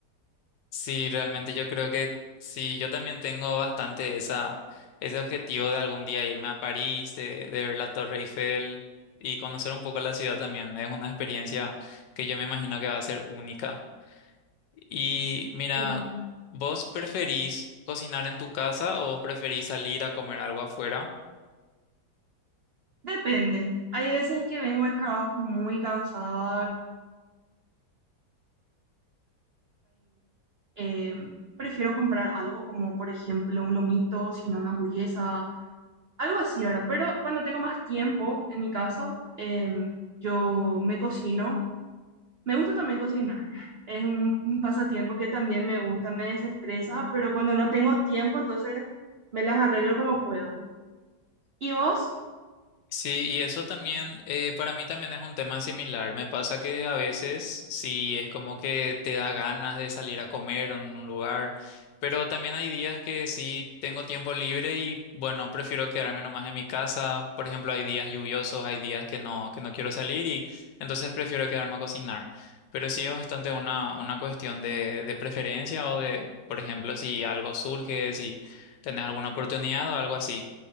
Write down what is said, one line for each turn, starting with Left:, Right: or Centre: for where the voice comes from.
Left: Sí, realmente yo creo que sí, yo también tengo bastante esa, ese objetivo de algún día irme a París, de, de ver la Torre Eiffel y conocer un poco la ciudad también. Es una experiencia que yo me imagino que va a ser única. Y mira,
Right: Sí.
Left: ¿vos preferís cocinar en tu casa o vos preferís salir a comer algo afuera?
Right: Depende. Hay veces que vengo del trabajo muy cansada. eh, prefiero comprar algo como, por ejemplo, un lomito, sino una hamburguesa, algo así, ¿verdad? Pero cuando tengo más tiempo en mi casa, eh, yo me cocino. Me gusta también cocinar. Es un, un pasatiempo que también me gusta, me desestresa, pero cuando no tengo tiempo, entonces me las arreglo como puedo. ¿Y vos?
Left: Sí, y eso también, eh, para mí también es un tema similar. Me pasa que a veces sí es como que te da ganas de salir a comer en un lugar, pero también hay días que sí tengo tiempo libre y bueno, prefiero quedarme nomás en mi casa. Por ejemplo, hay días lluviosos, hay días que no, que no quiero salir y entonces prefiero quedarme a cocinar. Pero sí es bastante una, una cuestión de, de preferencia o de, por ejemplo, si algo surge, si tenés alguna oportunidad o algo así.